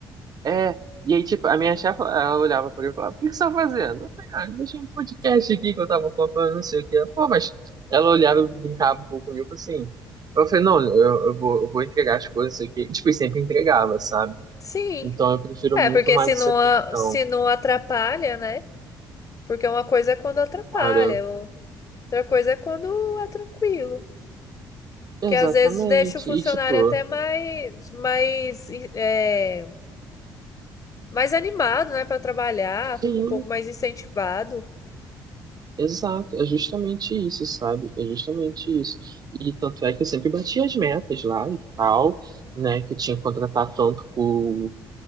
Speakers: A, on the right; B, on the left.
A: É, e aí, tipo, a minha chefe, ela olhava pra mim e falava, o que que você tá fazendo? Eu falei, ah, deixei um podcast aqui que eu tava contando, não sei o que. Ela, Pô, mas ela olhava, e brincava um pouco comigo, assim. Eu falei, não, eu, eu vou, eu vou entregar as coisas aqui. Tipo, e sempre entregava, sabe?
B: Sim.
A: Então eu prefiro
B: É,
A: muito
B: porque
A: mais
B: se
A: essa
B: não, a-
A: questão,
B: se não atrapalha, né? Porque uma coisa é quando atrapalha,
A: cara.
B: o- outra coisa é quando é tranquilo.
A: Exatamente.
B: Que às vezes deixa o funcionário
A: E, tipo,
B: até mais, mais, é, mais animado, né, para trabalhar,
A: sim,
B: fica um pouco mais incentivado.
A: exato. É justamente isso, sabe? É justamente isso. E tanto é que eu sempre bati as metas lá e tal, né? Que eu tinha que contratar tanto por